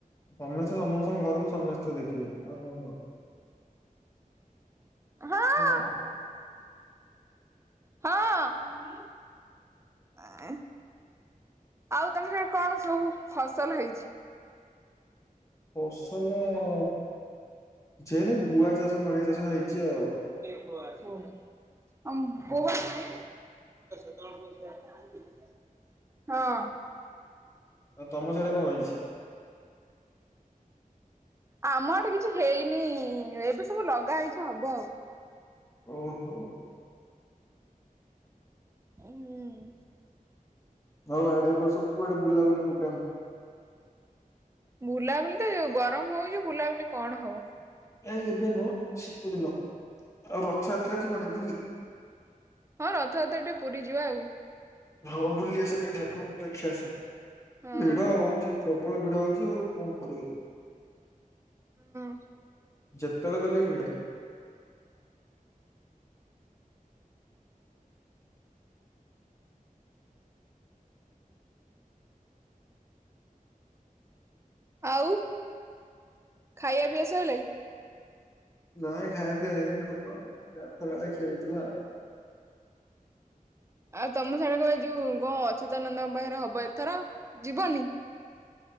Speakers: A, on the left; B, on the right.
A: ସମସ୍ତେ ସମସ୍ତଙ୍କ ଘରକୁ ସମସ୍ତେ ଦେଖିବେ ଆଉ କଣ
B: ହଁ
A: ସେୟା
B: ହଁ, ଶୁଣିଲୁ। ଏଁ, ଆଉ ତମେ କଣ ସବୁ ଫସଲ ହେଇଛି?
A: ଫସଲ କିଛି ହେଇନି, ଗୁଆ ଚାଷ ନଡ଼ିଆ ଚାଷ ହେଇଛି ଆଉ।
B: ଅଁ, ବୋଉ ଆସିନି? <unintelligible> ହଁ।
A: ଆଉ ତମ ସିଆଡେ କଣ ହେଇଛି
B: ଆମ ଆଡେ କିଛି ହେଇନି, ଏବେ ସବୁ ଲଗା ହେଇଛି ହବ ଆଉ।
A: ଓହୋ।
B: ହୁଁ।
A: ହଉ ଆଡ଼େ ଏ ବର୍ଷ କୁଆଡେ ବୁଲାବୁଲି ପ୍ରୋଗ୍ରାମ୍?
B: ବୁଲାବୁଲି ତ ଯୋଉ ଗରମ ହଉଛି, ବୁଲାବୁଲି କଣ ହବ।
A: ନାଇ ଏବେ ନୁହଁ ଶୀତ ଦିନ ଆଉ ରଥଯାତ୍ରା ଯିବନି ପୁରୀ।
B: ହଁ ରଥଯାତ୍ର ଟିକେ ପୁରୀ ଯିବା ଆଉ।
A: ହଉ ବୁଲି ଆସିବି ଠାକୁରଙ୍କୁ ଦେଖି ଆସ
B: ହଁ
A: ଭିଡ ହଉଛନ୍ତି। ପ୍ରବଳ ଭିଡ ହଉଛି ଆଉ କଣ କରିବ ତ?
B: ହଁ।
A: ଯେତେବେଳେ ଗଲେ ବି ଭିଡ।
B: ଆଉ ଖାଇବା ପିଇଆ ସଇଲାଣି।
A: ନାଇଁ ଖାଇବା ପିଇବା ହେଇନି ହବ ଆଉଯାହା ଖରାବେଳେ ଖିଆ ହେଇଥିଲା ଆଉ।
B: ଆଉ ତମେ ସାଗେ ଏଇ ଯୋଉ ଗ ଅଚ୍ୟୁତାନନ୍ଦଙ୍କ ପାଖରେ ହବ ଏଥର ଯିବନି।